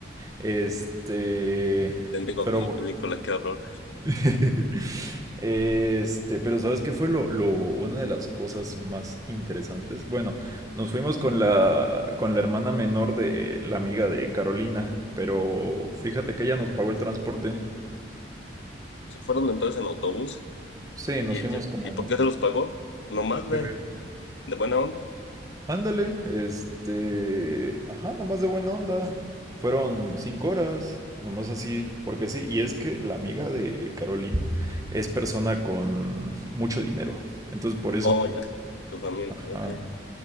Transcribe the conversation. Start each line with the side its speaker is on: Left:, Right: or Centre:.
Right: Este,
Left: Idéntico
Right: pero
Left: con la
Right: bueno.
Left: película, qué horror.
Right: <laughs> Este, pero ¿sabes qué fue lo, lo- una de las cosas más interesantes? Bueno, nos fuimos con la, con la hermana menor de la amiga de Carolina, pero fíjate que ella nos pagó el transporte.
Left: Se fueron entonces en autobús.
Right: Sí, nos
Left: ¿Y, ella-
Right: fuimos como
Left: ¿y por
Right: en... un-
Left: qué se los pagó? ¿Nomás de,
Right: Eh,
Left: de buena onda?
Right: ándale, este... Ajá, nomás de buena onda. Fueron cinco horas, nomás así, porque sí, y es que la amiga de Carolina es persona con mucho dinero, entonces por eso.
Left: Oh, ya. Tu familia,
Right: Ajá.
Left: ok.